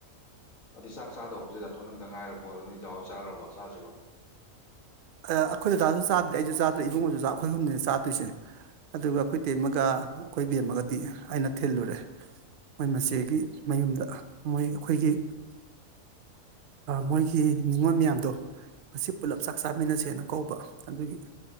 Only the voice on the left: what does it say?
ꯑꯗꯨꯗꯩ ꯆꯥꯛ ꯆꯥꯗꯧꯕꯁꯤꯗꯇꯣ ꯅꯪꯗ ꯉꯥꯏꯔꯕꯣ ꯅꯣꯏ ꯗꯥꯎ ꯍꯏ ꯆꯥꯈ꯭ꯔꯕ ꯆꯥꯗ꯭ꯔꯤꯕ